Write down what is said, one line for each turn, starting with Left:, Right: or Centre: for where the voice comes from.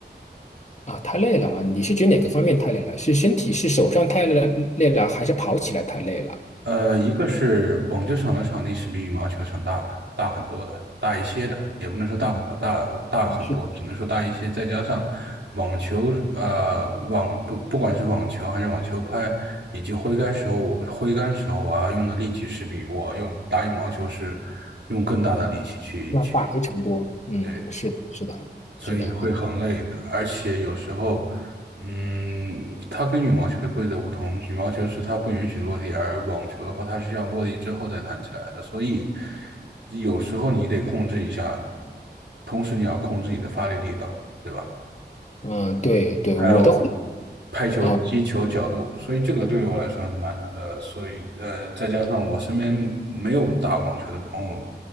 Left: 啊，太累了啊！你是指哪个方面太累了？是身体是手上太累了累了，还是跑起来太累了？
Right: 呃，一个是网球场的场地是比羽毛球场大的，大很多的，大一些的，也不能说大很多，
Left: 嗯，
Right: 大大很多，
Left: 嗯是的，
Right: 只能说大一些。再加上网球，呃，网不不管是网球还是网球拍，以及挥杆时候，挥杆时候我要用的力气是比我用打羽毛球是用更大的力气去去。
Left: 要大非常多。嗯，
Right: 对。
Left: 是的，是的，
Right: 所以会很累的。
Left: 是的啊。
Right: 而且有时候，嗯，它跟羽毛球的规则不同，羽毛球是它不允许落地，而网球的话，它是要落地之后再弹起来的。所以有时候你得控制一下，同时你要控制你的发力力道，对吧？
Left: 嗯，对对，
Right: 还有
Left: 我的话。
Right: 拍球、
Left: 啊
Right: 击球角度，所以这个对于我来说还是蛮难的。所以呃，再加上我身边没有打网球的朋友，